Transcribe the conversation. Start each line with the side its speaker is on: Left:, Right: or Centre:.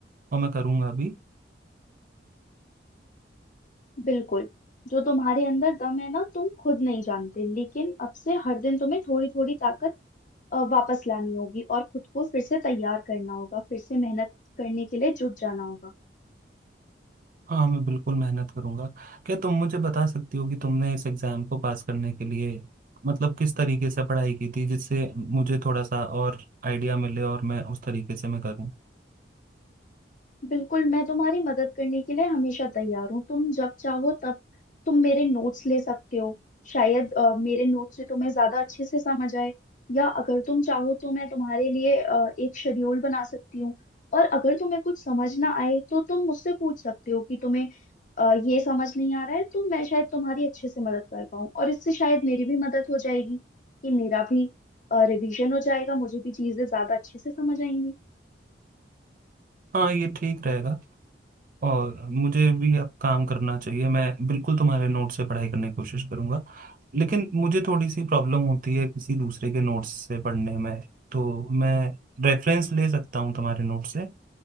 Right: और मैं करूंगा अभी
Left: बिल्कुल जो तुम्हारे अंदर दम है ना तुम खुद नहीं जानते लेकिन अब से हर दिन तुम्हें थोड़ी थोड़ी ताकत अ, वापस लानी होगी और खुद को फिर से तैयार करना होगा फिर से मेहनत करने के लिए जुट जाना होगा
Right: हाँ मैं बिल्कुल मेहनत करूंगा क्या तुम मुझे बता सकती हो कि तुमने इस एग्जाम को पास करने के लिए मतलब किस तरीके से पढ़ाई की थी जिससे मुझे थोड़ा सा और आइडिया मिले और मैं उस तरीके से मैं करूँ
Left: बिल्कुल मैं तुम्हारी मदद करने के लिए हमेशा तैयार हूँ तुम जब चाहो तब तुम मेरे नोट्स ले सकते हो शायद अ, मेरे नोट्स से तुम्हें ज्यादा अच्छे से समझ आए या अगर तुम चाहो तो मैं तुम्हारे लिए अ, एक शेड्यूल बना सकती हूँ और अगर तुम्हें कुछ समझ ना आए तो तुम मुझसे पूछ सकते हो कि तुम्हें अ, ये समझ नहीं आ रहा है तो मैं शायद तुम्हारी अच्छे से मदद कर पाऊँ और इससे शायद मेरी भी मदद हो जाएगी कि मेरा भी रिवीजन हो जाएगा मुझे भी चीजें ज्यादा अच्छे से समझ आएंगी
Right: हाँ ये ठीक रहेगा और मुझे भी अब काम करना चाहिए मैं बिल्कुल तुम्हारे नोट से पढ़ाई करने की कोशिश करूंगा लेकिन मुझे थोड़ी सी प्रॉब्लम होती है किसी दूसरे के नोट्स से पढ़ने में तो मैं रेफरेंस ले सकता हूँ तुम्हारे नोट से